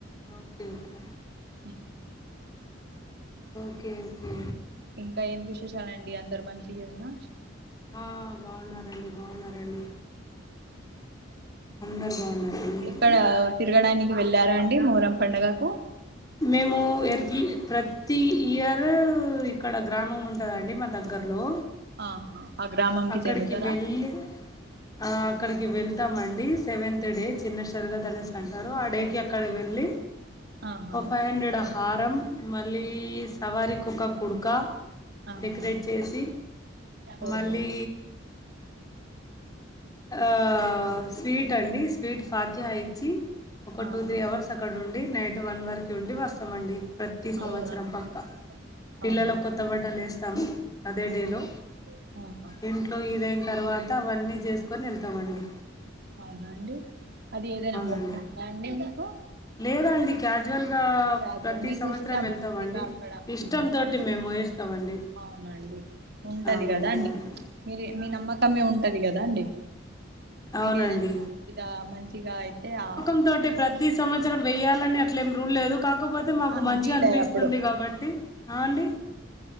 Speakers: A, on the left (about 20°); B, on the right (about 55°).
A: ఓకే ఓకే
B: అ
A: ఓకే ఓకే
B: ఇంకా ఏం విశేషాలండి అందరు మంచిగేదనా
A: ఆ బాగున్నారండి బాగున్నారండి అందరు బాగున్నారా మీరు
B: ఇక్కడ తిరగడానికి వెళ్ళారండి మోరం పండుగకు
A: మేము ఎర్లి ప్రతి ఇయర్ ఇక్కడ గ్రామం ఉంటదండి మా దగ్గరలో
B: ఆహా ఆ గ్రామంకి
A: అక్కడికి
B: చెందుతరా
A: వెళ్ళి ఆ అక్కడికి వెళ్తామండి సెవెంత్ డే చిన్నసరిగా తనేసు అంటారు ఆ డే కి అక్కడ వెళ్ళి
B: ఆహా
A: ఒక ఫైవ్ హండ్రెడ్ హారం మళ్ళీ సవారికోక కుడుక
B: ఆహా
A: డెకరేట్ చేసి
B: ఓహో
A: మళ్ళీ ఆ స్వీట్ అండి స్వీట్ ఫతిహ ఇచ్చి ఒక
B: ఆహా
A: టూ త్రీ అవర్స్ అక్కడ ఉండి నైట్ వన్ వరకు ఉండి వస్తమండి ప్రతి
B: అవునా
A: సంవత్సరం
B: అండి?
A: పక్క పిల్లలు
B: అవునా అండి?
A: కొత్త బట్టలు వేస్తాము అదే డేలో
B: ఆ, ఆహా
A: ఇంట్లో ఈదైన తర్వాత అవన్నీ చేసుకొని వెళ్తామండి
B: అవునా అండి అది ఏదైనా
A: అవునండి
B: మొక్కుందా అండి మీకు
A: లేదండి క్యాజువల్గా
B: రాజువారి
A: ప్రతి
B: మీకు
A: సంవత్సరం
B: ఇష్టం
A: వెళ్తామండి
B: ఇక అక్కడ
A: ఇష్టంతోటి
B: ఉమ్,
A: మేము వేస్తామండి
B: అవునండి ఉంటది
A: అవునండి
B: కదా అండి
A: అవునండి
B: మీరు మీ నమ్మకమే ఉంటది కదా అండి
A: అవునండి
B: మీగ ఏదైనాద మంచిగా అయితే ఆ
A: తోటే ప్రత్ ప్రతి సంవత్సరం వెయాలని అట్లే ఏం రూల్ లేదు కా కాకపోతే మాకు
B: ఆహా
A: మంచి
B: వీలయ్యేప్పుడు
A: అనిపిస్తుంది కాబట్టి ఆ అండి